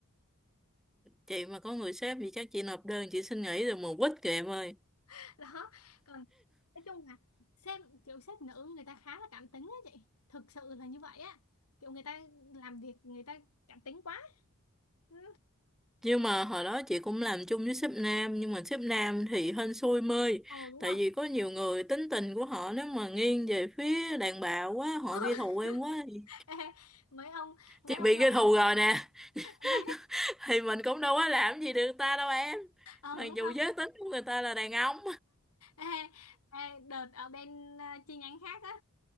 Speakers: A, in the centre; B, on the left (about 85°).
A: chị mà có người sếp thì chắc chị nộp đơn chị xin nghỉ rồi mà quýt kìa em ơi
B: <laughs> đó còn nói chung là sếp kiểu sếp nữ người ta khá là cảm tính á chị thực sự là như vậy á kiểu người ta làm việc người ta cảm tính quá Ừ.
A: nhưng mà hồi đó chị cũng làm chung với sếp nam nhưng mà sếp nam thì hên xui mơi
B: Ồ đúng
A: tại
B: rồi
A: vì có nhiều người tính tình của họ nếu mà nghiêng về phía đàn bà quá họ
B: <laughs>
A: ghi thù em quá thì
B: Ê, mấy ông mấy
A: chị
B: ông
A: bị
B: nội
A: ghi thù rồi nè
B: mấy
A: <laughs> thì mình cũng đâu có làm gì được ta đâu em
B: ờ
A: mặc
B: đúng
A: dù
B: rồi
A: giới tính của người ta là đàn ông
B: Ê, ê, đợt ở bên à, chi nhánh khác á